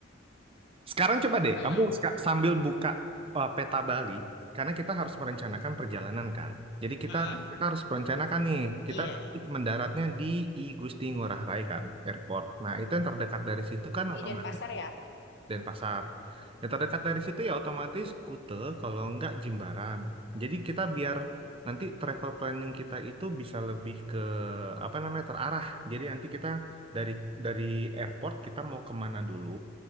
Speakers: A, on the right (about 30°); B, on the left (about 60°).
A: Sekarang coba deh,
B: Mm-mm.
A: kamu ska- sambil buka uh, peta Bali, karena kita harus merencanakan perjalanan kan. Jadi kita
B: Mm.
A: kita harus merencanakan nih,
B: Iya,
A: kita nanti mendaratnya di I Gusti Ngurah Rai kan, airport. Nah itu yang terdekat dari situ kan
B: di
A: otomatis.
B: Denpasar ya.
A: Denpasar. Yang terdekat dari situ ya otomatis Kute, kalau nggak Jimbaran. Jadi kita biar nanti travel planning kita itu bisa lebih ke apa namanya terarah. Jadi nanti kita dari dari airport kita mau kemana dulu.